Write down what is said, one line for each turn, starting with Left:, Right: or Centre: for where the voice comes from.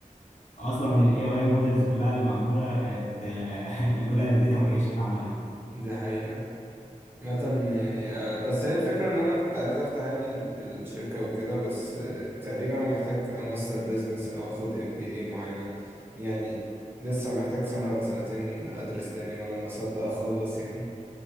Left: أصلا ال AI مودلز كلها اللي معمولة كانت آه، <laughs> لولا الداتا ما جايش اتعملت
Right: دي حقيقة مثلا يعني آه، بس هي الفكرة إن أنا كنت عايز أفتح يعني ال- الشركة وكده بس آه، تقريبا محتاج ماستر بيزنس أو أخد ام بي اي معينة يعني لسه محتاج سنة ولا سنتين أدرس تاني وأنا لما أصدق أخلص يعني